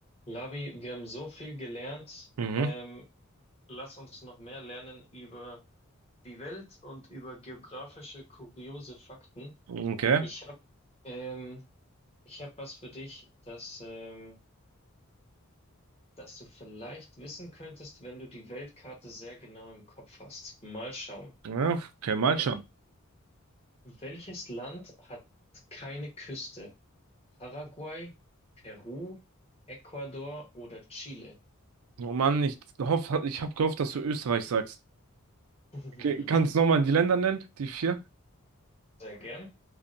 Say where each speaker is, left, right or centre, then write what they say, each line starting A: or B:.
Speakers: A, on the left (about 30°); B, on the right (about 80°).
A: Lavi, wir haben so viel gelernt.
B: Mhm.
A: Ähm, lass uns noch mehr lernen über die Welt und über geografische kuriose Fakten.
B: Okay.
A: Ich habe ähm, ich hab was für dich, das, ähm, das du vielleicht wissen könntest, wenn du die Weltkarte sehr genau im Kopf hast. Mal schauen.
B: Ja, okay, mal
A: Ähm,
B: schauen.
A: welches Land hat keine Küste? Paraguay, Peru, Ecuador oder Chile?
B: Oh Mann, ich hoffe, ich habe gehofft, dass du Österreich sagst.
A: <laughs>
B: Okay, kannst du nochmal die Länder nennen? Die vier?
A: Sehr gern.